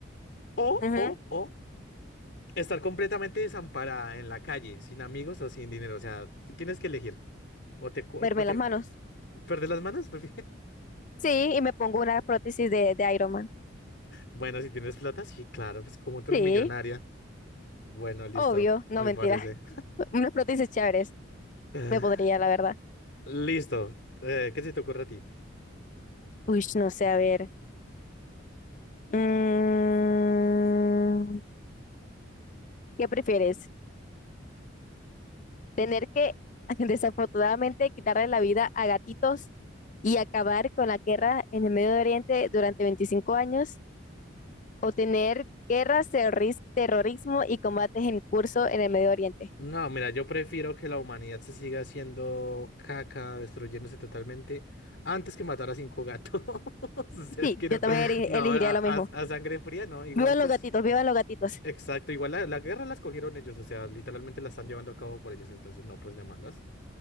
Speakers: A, on the left; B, on the left.
A: O,
B: ujú,
A: o, o, estar completamente desamparada en la calle, sin amigos o sin dinero. O sea, t- tienes que elegir. O te cortas,
B: Verme
A: o te
B: las manos.
A: perder las manos. <laughs> pues,
B: Sí, y me pongo una prótesis de, de Iron Man.
A: Bueno, si tienes plata, sí, claro, pues como tú eres
B: Sí,
A: millonaria. Bueno, listo,
B: obvio. No,
A: me
B: mentira.
A: parece.
B: <laughs> Unas prótesis chéveres.
A: <laughs>
B: Me podría, la verdad.
A: Listo. eh, ¿qué se te ocurre a ti?
B: Uy, no sé, a ver. Mm, ¿qué prefieres? tener que <laughs> desafortunadamente quitarle la vida a gatitos y acabar con la guerra en el Medio Oriente durante 25 años o tener guerras, terroris- terrorismo y combates en curso en el Medio Oriente.
A: No, mira, yo prefiero que la humanidad se siga haciendo caca, destruyéndose totalmente, antes que matar a cinco gatos. <laughs> O sea,
B: Sí,
A: es que no,
B: yo también eri-
A: no,
B: elegiría
A: a, a-
B: lo mismo.
A: a sangre fría, no, igual
B: Vivan
A: pues,
B: los gatitos, vivan los gatitos.
A: exacto, igual la, la guerra la escogieron ellos, o sea, literalmente la están llevando a cabo por ellos, entonces no, pues de malas,